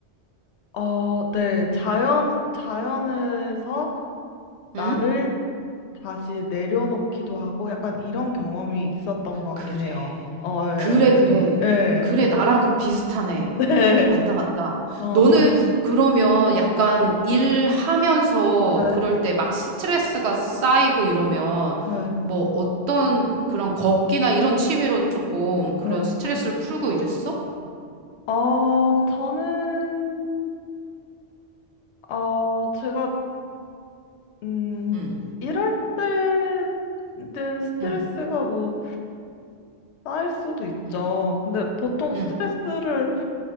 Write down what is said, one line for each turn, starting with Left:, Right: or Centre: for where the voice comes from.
Left: 어, 네. 자연, 자연에서 나를
Right: 응?
Left: 다시 내려놓기도 하고 약간 이런 경험이 있었던 것
Right: 그래.
Left: 같긴 해요. 어, 예.
Right: 그래, 그래.
Left: 예.
Right: 그래, 나랑 그 비슷하네.
Left: 네. <laughs>
Right: 맞다, 맞다.
Left: 어, 어,
Right: 너는 그러면 약간 일하면서
Left: 네.
Right: 그럴 때 막 스트레스가 쌓이고 이러면
Left: 네.
Right: 뭐 어떤 그런 걷기나 이런 취미로 조금
Left: 네.
Right: 그런 스트레스를 풀고 이랬어?
Left: 어, 저는, 어, 제가, 음,
Right: 응,
Left: 일할 때는 스트레스가
Right: 응,
Left: 뭐 쌓일 수도 있죠.
Right: 응.
Left: 근데 보통
Right: 응.
Left: 스트레스를